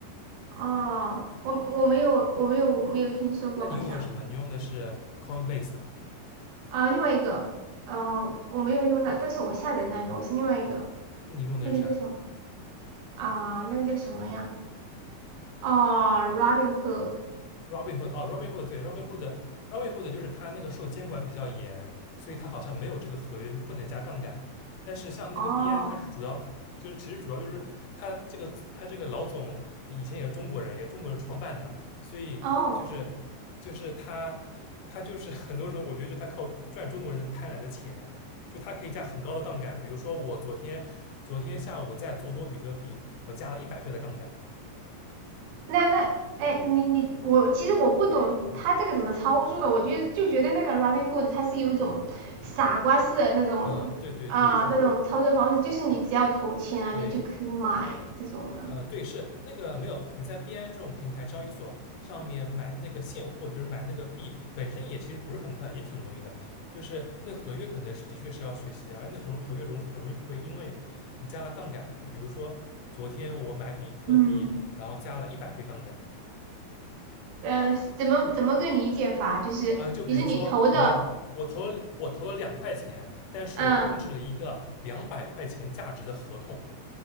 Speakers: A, on the right (about 85°); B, on the left (about 75°).
A: 哦，我我没有我没有没有听说过好像
B: 那你用的什么？你用的是 Coinbase，
A: 啊，另外一个呃我没有用那，但是我下载那个我是另外一个
B: 那你用的是啥？
A: 那个叫什么啊？那个叫什么呀？哦，Robinhood，
B: Robinhood 哦，Robinhood 对，Robinhood Robinhood 就是它那个受监管比较严，所以它好像没有这个合约是不能加杠杆。但是像那个币安，
A: 哦
B: 它是主要就是其实主要就是它这个它这个老总以前也是中国人，也是中国人创办的，所以就是就是他他就是
A: 哦
B: <laughs> 很多时候我觉得就他靠赚中国人的贪婪的钱，就他可以加很高的杠杆。比如说我昨天昨天下午在做多比特币，我加了一百倍的杠杆。
A: 那那哎，你你我其实我不懂他这个怎么操作的，
B: 嗯
A: 我觉得就觉得那个 Robinhood 它是有一种傻瓜式的那种啊、
B: 嗯，呃对对对，是的，
A: 那种操作方式，就是你只要投钱啊，
B: 对。
A: 你就可以买这种的。
B: 呃，对，是那个没有，你在币安这种平台交易所上面买那个现货，就是买那个币，本身也其实不是很快，也挺容易的。就是那个合约可能是的确是要学习，而且那合合约容很容易亏，因为你加了杠杆。就比如说昨天我买比特币，
A: 嗯，
B: 然后加了一百倍杠杆，
A: 呃，怎么怎么个理解法？就是比如说你投的，
B: 啊、就比如说我的我投了我投了两块钱，但是我控制了一个两百块钱价值的合同，
A: 嗯